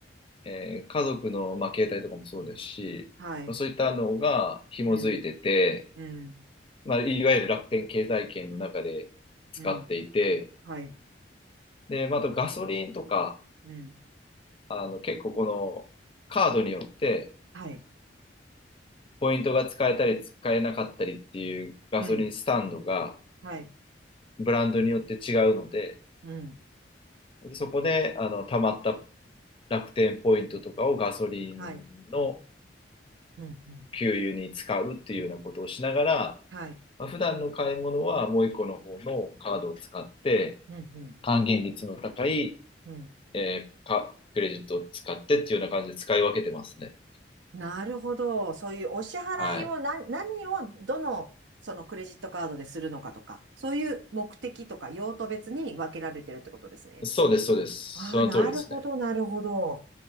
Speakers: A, on the left; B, on the right.
A: えー家族の、まあ、携帯とかもそうですし、
B: はい。
A: そういったのが紐づいてて、
B: うん、うん、
A: まあ、いわゆる楽天経済圏の中で使っていて、
B: うん。はい。
A: で、まあ、あとガソリンとか、
B: うん、
A: あの、結構このカードによって
B: はい。
A: ポイントが使えたり使えなかったりっていうガソリンスタンドが
B: うん、はい。
A: ブランドによって違うので、
B: うん、
A: でそこで、あの、溜まった楽天ポイントとかをガソリンの
B: はい。うん、うん。
A: 給油に使うっていうようなことをしながら、
B: はい。
A: まあ普段の買い物はもう一個の方のカードを使って、
B: うん、うん。
A: 還元率の高い
B: うん
A: えーか、クレジットを使ってっていうような感じで使い分けてますね。
B: なるほど。そういうお支払いを何、
A: はい。
B: 何をどのそのクレジットカードでするのかとか、そういう目的とか用途別に分けられてるってことですね。
A: そうです、そうです。
B: ああ、
A: その通りですね。
B: なるほど、なるほど。